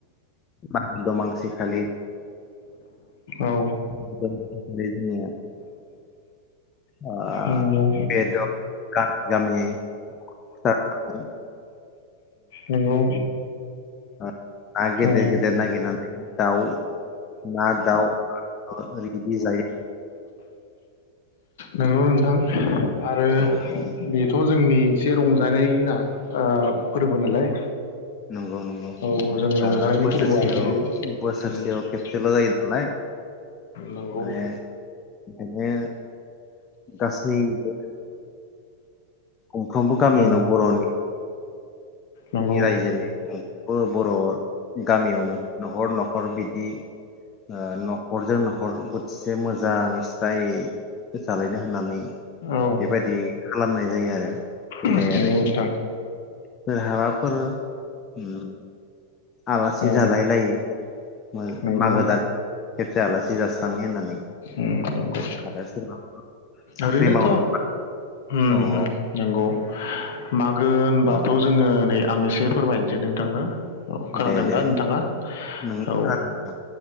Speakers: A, on the left; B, on the left.
A: मा दमांसि खालि
B: औ
A: <unintelligible> <unintelligible> ओ
B: नंगौ
A: बेद गामि गामि जानानै
B: नंगौ
A: ओ नागेदेर
B: औ
A: गेदेर नागेर दाउ ना दाउ रेदि जायो <inaudible>
B: नोंगौ नोंथां। आरो
A: औ औ
B: बेथ' जोंनि एसे रंजानाय ओ फोरबो नालाय
A: नंगौ नंगौ
B: औ जोंनि
A: ओ
B: रंजानायनि
A: बोसोरसेयाव
B: फोरबोआनो बेयो
A: बोसोरसेयाव
B: उम
A: खेबसेल' जायो नालाय
B: नंगौ
A: माने बिनो गासैबो गंफ्रोमबो गामियावनो
B: औ
A: बर'नि
B: नंगौ
A: रायजोनि बर' बर' गामियावनो न'खर न'खर बिदि ओ न'खरजों न'खर बोथिसे मोजां स्राइ जालायनो होननानै
B: औ
A: बेबायदि खालामनाय जायो आरो। गेदेरै
B: नंगौ नोंथां।
A: सोरहाबाफोर उम आलासि
B: औ
A: जालाय लायो। मो
B: नंगौ
A: मागो दान जा आलासि जास्रांनि होननानै।
B: उम नंगौ
A: आरो <unintelligible>
B: ओरैनोथ'
A: मावनो
B: उम
A: औ
B: उम
A: औ
B: नंगौ। औ। मागो होनबाथ'
A: औ
B: जोङो नै आं एसे फोरमायनोसै नोंथांनो औ खोनादों
A: दे दे
B: दा नोंथाङा
A: नों
B: औ।
A: खोनादों नोंथां